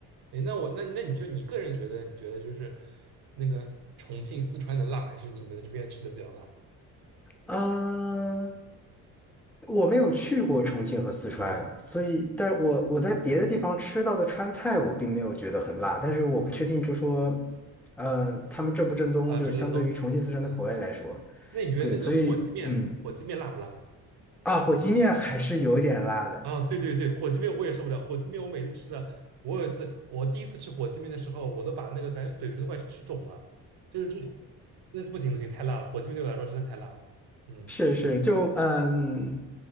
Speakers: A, on the right (about 65°); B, in the centre.
A: 哎，那我那那你就你个人觉得，你觉得就是那个重庆、四川的辣，还是你们这边吃的比较辣？
B: 嗯，我没有去过重庆和四川，
A: 哦，
B: 所以，但我我在别的地方吃到的川菜，我并没有觉得很辣，但是我不确定，
A: 哦，
B: 就说，呃，他们正不正宗，
A: 啊，
B: 就是相对于重庆、
A: 这么多，
B: 四川的口味来说，
A: 嗯，那你觉得那个火鸡面，
B: 对，所以，嗯，
A: 火鸡面辣不辣？
B: 啊，火鸡面还是有一点辣的，
A: 啊，对对对，火鸡面我也受不了。火鸡面我每次吃的，我有一次，我第一次吃火鸡面的时候，我都把那个感觉嘴唇都快吃肿了，就是这，那不行不行，太辣了。火鸡面对我来说真的太辣了。嗯
B: 是是，就嗯，